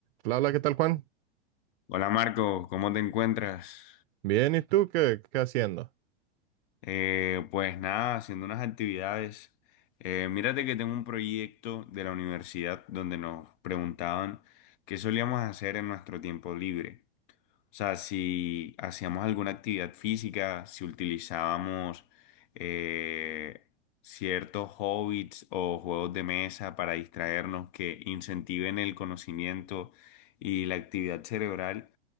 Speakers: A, on the right; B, on the left.
A: Hola, ¿qué tal, Juan?
B: Hola Marco, ¿cómo te encuentras?
A: Bien, ¿y tú qué, qué haciendo?
B: Eh, pues nada, haciendo unas actividades. Eh, mírate que tengo un proyecto de la universidad donde nos preguntaban qué solíamos hacer en nuestro tiempo libre. O sea, si hacíamos alguna actividad física, si utilizábamos eh, ciertos hobbies o juegos de mesa para distraernos que incentiven el conocimiento y la actividad cerebral.